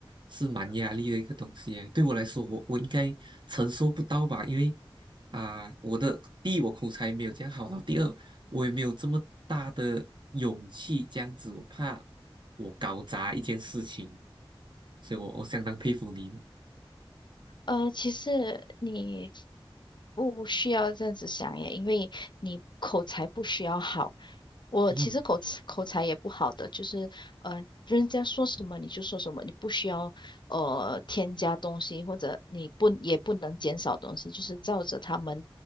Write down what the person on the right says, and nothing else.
是蛮压力的一个东西耶对我来说，我我应该承受不到吧？因为啊、我的第一我口才没有这样好，然后第二我也没有这么大的勇气这样子，我怕我搞砸一件事情，所以我我相当佩服你
嗯。